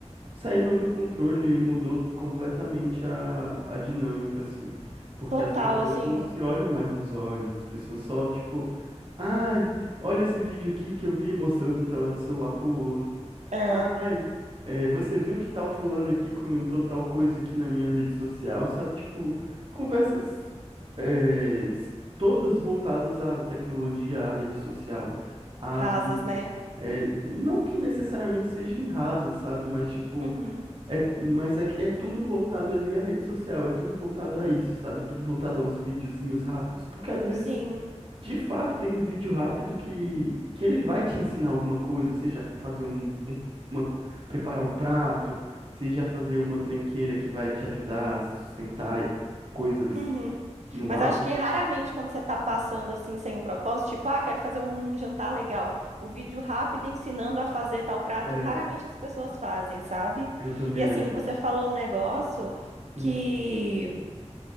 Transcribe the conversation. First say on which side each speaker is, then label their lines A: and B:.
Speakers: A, on the right (about 45°); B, on the right (about 75°).
A: saíram do controle e mudou completamente a, a dinâmica assim, porque
B: total,
A: as pessoas
B: assim,
A: não se olham mais nos olhos, as pessoas só tipo Ai, olha esse vídeo aqui que eu vi mostrando tela de celular pro outro.
B: é,
A: Ai, é, você viu que tal fulano aqui comentou tal coisa aqui na minha rede social, sabe? Tipo, conversas é, es- todas voltadas à tecnologia, à rede social, a
B: rasas,
A: vídeo.
B: né?
A: É, não que necessariamente seja em rasa, sabe? Mas tipo,
B: Uhum,
A: é, mas é que é tudo voltado ali à rede social, é tudo voltado a
B: uhum,
A: isso, sabe? Tudo voltado aos videozinhos rápidos, porque às vezes
B: sim,
A: de fato, tem um vídeo rápido que, que ele vai te ensinar alguma coisa, seja fazer um, um- uma, preparar um prato, seja fazer uma tranqueira que vai te ajudar a sustentar coisas
B: uhum.
A: no
B: Mas
A: ar.
B: acho que raramente quando você tá passando assim sem um propósito, tipo, ah, quero fazer um jantar legal, o vídeo rápido ensinando a fazer tal prato,
A: É,
B: raramente as pessoas fazem, sabe?
A: eu também
B: E assim,
A: acho.
B: você
A: isso.
B: falou um negócio
A: Hum,
B: que